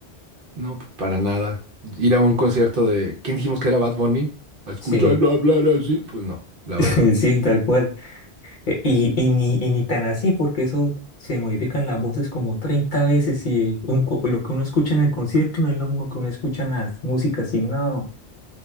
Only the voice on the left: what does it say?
Sí,
<laughs>
sí, tal cual. Eh, Y, y, ni, y ni tan así, porque eso se modifican las voces como 30 veces y un co- lo que uno escucha en el concierto no es lo mismo que uno escucha en las músicas, y no,